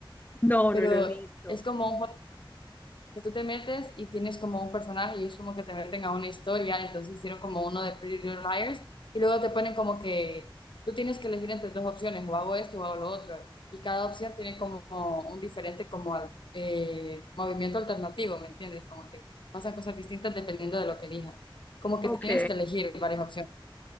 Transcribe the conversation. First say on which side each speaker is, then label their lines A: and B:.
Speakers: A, on the left (about 20°); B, on the left (about 65°).
A: No,
B: pero
A: no lo he visto.
B: es como un juego que tú te metes y tienes como un personaje y es como que te meten a una historia, entonces hicieron como uno de Pretty Little Liars y luego te ponen como que tú tienes que elegir entre dos opciones, o hago esto o hago lo otro, y cada opción tiene como un diferente como al- eh, movimiento alternativo, ¿me entiendes? Como que pasan cosas distintas dependiendo de lo que elijas, como que
A: Ok,
B: tienes que elegir varias opciones.